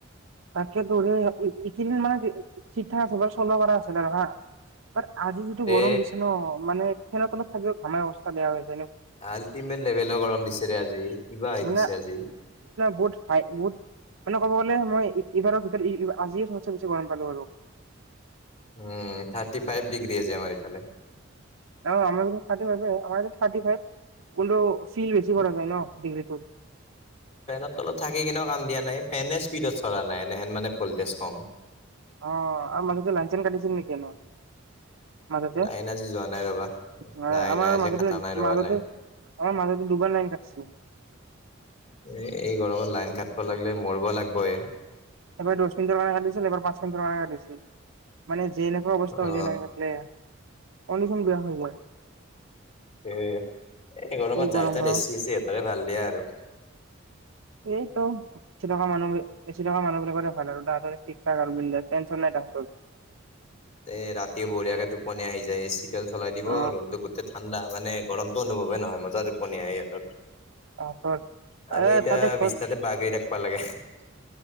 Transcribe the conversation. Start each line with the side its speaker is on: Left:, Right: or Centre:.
Right: তাকে দৌৰে এইকেইদিন মানে চিত থা চবে শ্লো কৰা আছিলো হা বাট আজি যিটো
Left: তে
Right: গৰম দিছে ন মানে <unintelligible> ফেনৰ তলত থাকিও ঘাম অৱস্থা বেয়া হৈছে
Left: আল্টিমেট লেভেলৰ গৰম দিছেৰে আজি কিবা হৈ
Right: মানে
Left: গৈছে আজি।
Right: বহুত চাই বহুত মানে ক'ব গলে মই এইবাৰৰ ভিতৰত আজিয়েই সবচে বেছি গৰম পালো আৰু-
Left: উম থাৰ্টি ফাইভ ডিগ্ৰী আজি আমি ফালে
Right: অহা আমাৰ দেখাৰ থাৰ্টি ফাইভাৰ থাৰ্টি ফাইভ- কোনো চিল বেছি কৰা যায় ন ডিগ্ৰীটোত।
Left: ফেনত তলত থাকি কিনে কাম দিয়া। নাই ফেনে স্পীডত চলা নাই এনেহেন মানে ভল্টেজ কম-
Right: অহ আৰু মানুহ লাইন লাঞ্চন কাটিছিল নেকি? ন মাজতে
Left: লাইন আজি যোৱা নাই ৰবা
Right: মই
Left: নাই
Right: আমাৰ
Left: নাই আজি
Right: মাজতে
Left: কাটা নাই ৰবা
Right: মাজতে
Left: লাইন
Right: আমাৰ মাজতো দুবাৰ লাইন কাটিছে।
Left: এ এই গৰমত লাইন কাটিব লাগিলে মৰিব লাগব হে
Right: এবাৰ দচ মিনিটৰ কাৰে কাটিছিল এবাৰ পাচঁ মিনিট। কয় আদি মানে যেনেকুৱা অৱস্থা
Left: অ
Right: হৈছিল লাইন কাটছিলে অনশ <unintelligible> বিয়া। মই
Left: এ গৰমত
Right: গৰম
Left: যাৰ যাৰ
Right: গৰম
Left: এছি সিহঁতেৰে ভাল দিয়া আৰু-
Right: এইটো এচি থকা মানুহ এচি থকা মানুহ বিলাক কৰে। ভাল আৰু তাহ ঠিক ঠাক আৰু বিনডাছ টেনচন নাই। তাহঁতৰ
Left: এ ৰাতি বঢ়িয়াকে টোপনি আহি যায়। এ চি ডাল চলাই দিব
Right: অ
Left: ৰুমতটো গোটেই ঠাণ্ডা, মানে গৰমতটো অনুভৱে নহয় মজা টোপনি ইহঁতৰ- আৰু
Right: তাহাঁতৰ
Left: আমি
Right: এ
Left: এতিয়া
Right: তাতে ঘৰত
Left: বিশ্বনাতে বঘৰি থাকব লাগে। <unintelligible>